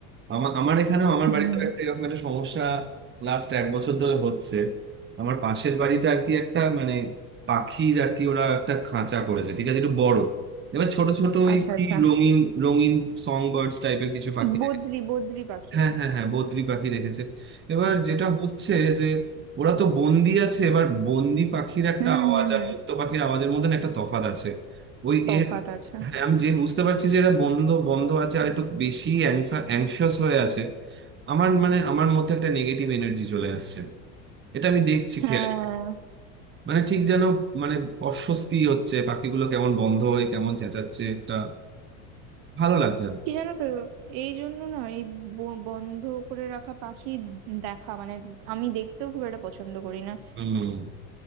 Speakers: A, on the right (about 25°); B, on the right (about 60°).
A: আমার আমার এখানেও আমার
B: হুম
A: বাড়িতে একটা এরকম একটা সমস্যা লাস্ট এক বছর ধরে হচ্ছে আমার পাশের বাড়িতে আর কি একটা মানে পাখির আর কি ওরা একটা খাঁচা করেছে ঠিক আছে একটু বড় এবার ছোট ছোট ওই
B: আচ্ছা
A: কি
B: আচ্ছা
A: রঙিন রঙিন সং বার্ডস টাইপের কিছু পাখি
B: বদ্রি বদ্রি পাখি
A: হ্যাঁ হ্যাঁ হ্যাঁ বদ্রি পাখি দেখেছে এবার যেটা হচ্ছে যে ওরা তো বন্দি আছে এবার বন্দি পাখির একটা
B: হুম
A: আওয়াজ
B: হুম হুম
A: আর মুক্ত পাখির আওয়াজের মধ্যে না একটা তফাৎ আছে ওই
B: তফাৎ
A: এর
B: আছে
A: হ্যাঁ আমি যে বুঝতে পারছি যে এরা বন্ধ বন্ধ আছে আর একটু বেশি অ্যাংশাস হয়ে আছে আমার মানে আমার মধ্যে একটা নেগেটিভ এনার্জি চলে আসছে এটা আমি দেখছি
B: হ্যাঁ
A: খেয়াল করে। মানে ঠিক যেন মানে অস্বস্তি হচ্ছে পাখিগুলো কেমন বন্ধ হয়ে কেমন চেঁচাচ্ছে একটা ভালো লাগছে না
B: কি জানো তো এই জন্য না এই ব- বন্ধ করে রাখা পাখি দেখা মানে আমি দেখতেও খুব একটা পছন্দ করি না
A: হম